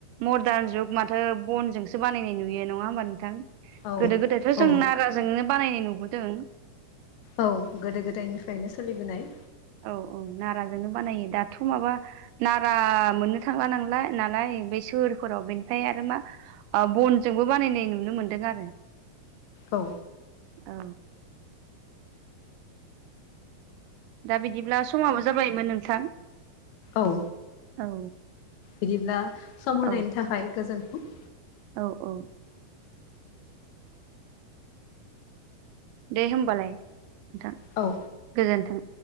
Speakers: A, on the right (about 85°); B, on the left (about 80°).
A: मर्डान जुग माथो बनजोंसो बानायनाय नुयो नङा होमबा नोंथां।
B: औ
A: गोदो गोदायथ' जों
B: औ
A: नाराजोंनो बानायनाय नुबोदों
B: औ गोदो गोदायनिफ्रायनो सोलिबोनाय
A: औ औ नाराजोंनो बानायो दाथ' माबा नारा मोननो थांला नांलाय नालाय बे सोहोरफोराव बेनिफ्राय आरो मा बनजोंबो बानायनाय नुनो मोन्दों आरो।
B: औ।
A: औ। दा बिदिब्ला समाबो जाबायमोन नोंथां
B: औ
A: औ
B: बिदिब्ला सम होनायनि
A: औ
B: थाखाय गोजोनथों
A: औ औ। दे होबालाय नोंथां।
B: औ।
A: गोजोन्थों।